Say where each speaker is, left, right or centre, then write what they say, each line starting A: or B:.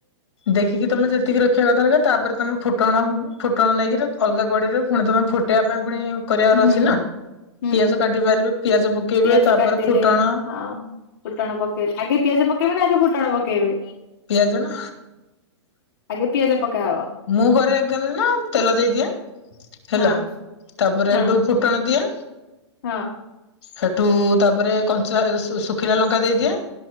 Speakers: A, on the left; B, on the left.
A: ଦେଖିକି ତମେ ଯେତିକି ରଖିବା କଥା ରଖିବା। ତାପରେ ତମେ ଫୁଟଣ ଫୁଟଣ ନେଇକିରି ଅଲଗା କଡେଇରେ ଫୁଣି ତମେ ଫୁଟେଇବା ପାଇଁ ପୁଣି କରିବାର
B: ହୁଁ
A: ଅଛି ନା।
B: ହୁଁ
A: ପିଆଜ କାଟି ପାରିବେ ପିଆଜ ପ କେବେ
B: ପିଆଜ
A: ତାପରେ
B: କାଟିଲେ
A: ଫୁଟଣ?
B: ହଁ ଫୁଟଣ ପକେଇଲେ ଆଗେ ପିଆଜ ପକେଇବେ ନା ଆଗେ ଫୁଟଣ ପକେଇବେ?
A: ପିଆଜ ନା
B: ଆଗେ ପିଆଜ। ପକାହବ
A: ମୁଁ ଘରେ କେମିତି ନା ତେଲ ଦେଇଦିଏ ହେଲା
B: ହଁ
A: ତାପରେ
B: ହଁ
A: ହେଠୁ ଫୁଟଣ ଦିଏ।
B: ହଁ।
A: ହେଠୁ ତାପରେ କଞ୍ଚା ଶୁଖିଲା ଲଙ୍କା ଦେଇଦିଏ।